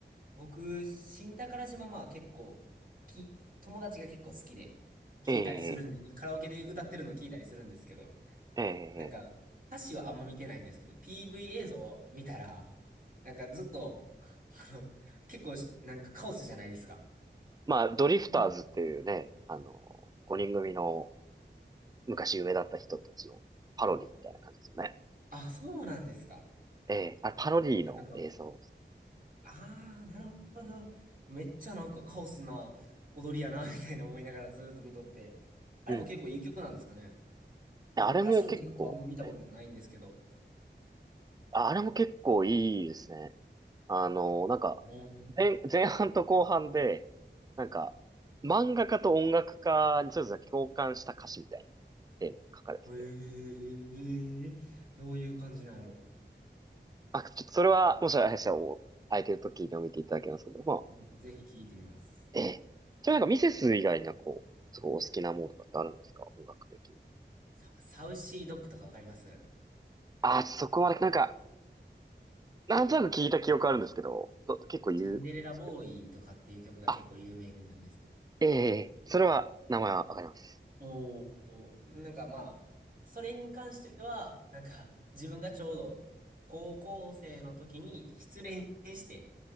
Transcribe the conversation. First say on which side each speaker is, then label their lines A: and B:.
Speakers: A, on the right (about 50°); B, on the right (about 20°).
A: 僕、新宝島まあ結構、き、友達が結構好きで、聞いたりするんで、
B: ええ
A: カラオケで歌ってるの聞いたりするんですけど、
B: ええ
A: なんか、歌詞はあんま見てないんですけど、PV 映像を見たら、なんかずっと、<laughs> あの、結構し、なんかカオスじゃないですか。
B: まあ、ドリフターズっていうね、
A: い
B: あの、5人組の昔夢だった人たちのパロディみたいな感じですよね。
A: あ、そうなんですか。
B: ええあれパロディの映像です。
A: いや、なんか、あー、なるほど。めっちゃなんかカオスな踊りやな、<laughs> みたいな思いながらずーっと見とって。あれも結構いい曲なんですかね。
B: うん。
A: なんか歌詞をちゃんとあんま見たことないんですけど、
B: あれも結構、えあ、あれも結構いいですね。あの、なんか、
A: ああ、
B: 前、前半と後半で、なんか、漫画家と音楽家にそれぞれ共感した歌詞みたいなテーマに書かれてて。
A: へえ、どういう感じなんやろ。
B: あ、ちょっとそれは、もしあれしたら、お空いてる時でも見ていただけますけども、
A: うんぜひ聞いてみます。
B: ええ。じゃあなんかミセス以外になんかこう、すごいお好きなものとかってあるんですか音楽的に。
A: サ、サウシードッグとかわかります
B: あ、そこはなんか、なんとなく聞いた記憶あるんですけど、ど結構言うんですけど。
A: シンデレラボーイとかっていう曲が結構有名なんですけど。
B: あ、ええ、それは、名前はわかります。
A: おお、なんかまあ、それに関しては、なんか自分がちょうど高校生の時に失恋して、